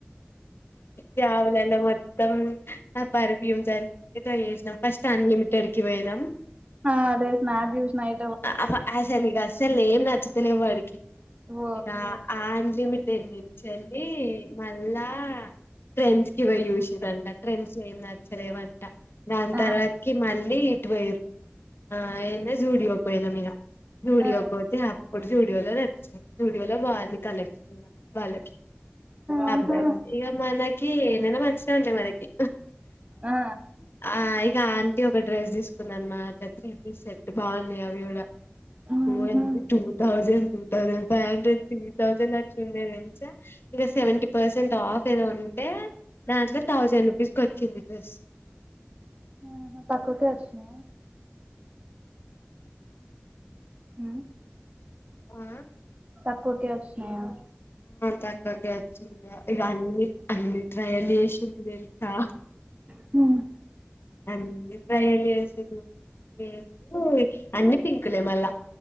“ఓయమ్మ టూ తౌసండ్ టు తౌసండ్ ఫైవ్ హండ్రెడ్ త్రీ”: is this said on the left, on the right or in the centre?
Left